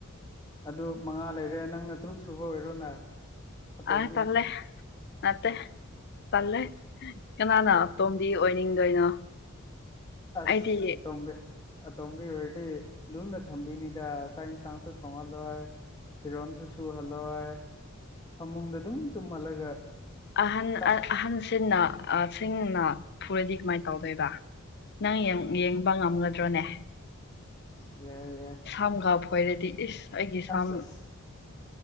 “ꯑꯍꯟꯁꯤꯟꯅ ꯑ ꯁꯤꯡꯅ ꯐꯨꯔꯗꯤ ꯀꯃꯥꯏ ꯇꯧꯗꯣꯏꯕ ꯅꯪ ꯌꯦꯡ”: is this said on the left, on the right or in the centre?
Left